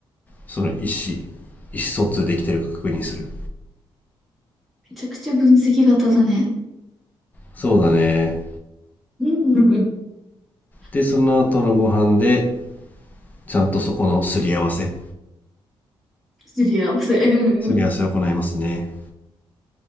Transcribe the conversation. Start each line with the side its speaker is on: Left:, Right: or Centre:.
Left: その意思、意思疎通できてるか確認する。
Centre: めちゃくちゃ分析型だね。
Left: そうだね。
Centre: うん。<laughs>
Left: で、その後のご飯で、ちゃんとそこのすり合わせ、
Centre: すり合わせ。<laughs>
Left: すり合わせを行いますね。